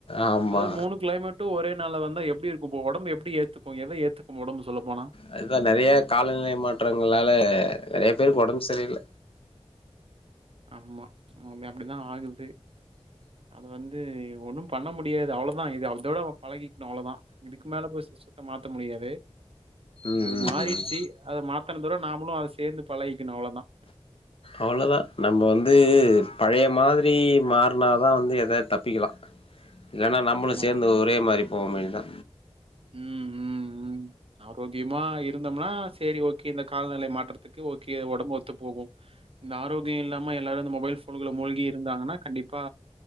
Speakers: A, on the left (about 55°); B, on the right (about 55°).
A: ஆமா
B: அதாவது மூணு கிளைமேட்டு ஒரே நாள்ல வந்தா எப்டி இருக் இப்போ உடம்பு எப்டி ஏத்துக்கோ ஏத் ப்டி ஏத்துக்கும் ஒடம்பு சொல்ல போனா
A: அதுதா நெறைய காலநிலை மாற்றங்களால நறைய பேருக்கு ஒடம்பு செரியில்ல
B: ஆமா அப்டிதா ஆகுது அது வந்து ஒன்னும் பண்ண முடியாது அவ்ளோதா இதோட பழகிக்கணு அவ்வளோதா இதுக்கு மேல போய் சிஸ்டத்த மாத்த முடியாது
A: ம்
B: அது
A: ம்
B: மாறிடுச்சு
A: ம்
B: அத மாத் த்தனத விட நாமளு அத சேந்து பழகிக்கணு அவ்வளோ தா
A: அவ்ளோதா நம்ம வந்து பழைய மாதிரி மார்னாதா வந்து எதாது தப்பிக்கலா இல்லனா நம்மளு
B: உண்மதான்.
A: சேந்து ஒரே மாரி போவுமேன் தா
B: ம் ம் ம் ஆரோக்கியமா இருந்தோம்னா சேரி ஓகே இந்த காலநிலை மாற்றத்துக்கு ஓகே ஒடம்பு ஒத்து போகும் இந்த ஆரோக்கியம் இல்லாம எல்லாரு இந்த மொபைல் போனுகுள்ள மூழ்கி இருந்தாங்கன்னா கண்டிப்பா